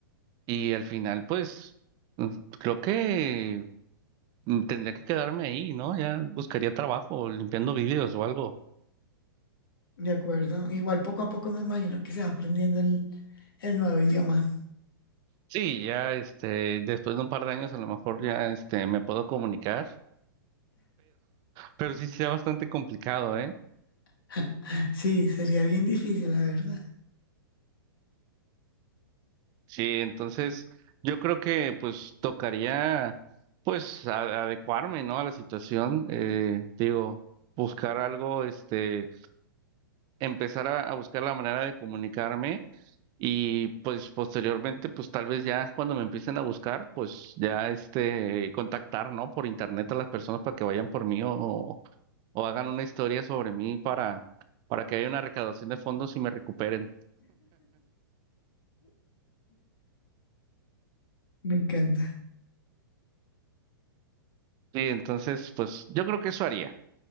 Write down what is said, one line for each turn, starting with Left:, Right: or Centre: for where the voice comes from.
Right: y al final, pues, mm, creo que mm, tendría que quedarme ahí, ¿no? Ya buscaría trabajo limpiando vídeos o algo.
Left: de acuerdo. Igual poco a poco me imagino que se va aprendiendo el, el nuevo idioma.
Right: Sí, ya este, después de un par de años a lo mejor ya este, me puedo comunicar, pero sí sea bastante complicado, ¿eh?
Left: <laughs> Sí, sería bien difícil, la verdad.
Right: Sí, entonces yo creo que pues tocaría pues a- adecuarme, ¿no? A la situación, eh, digo, buscar algo, este, empezar a, a buscar la manera de comunicarme y pues posteriormente pues tal vez ya cuando me empiecen a buscar pues ya este, contactar, ¿no? Por internet a las personas para que vayan por mí o o hagan una historia sobre mí para, para que haya una recaudación de fondos y me recuperen.
Left: Me encanta.
Right: Sí, entonces, pues yo creo que eso haría.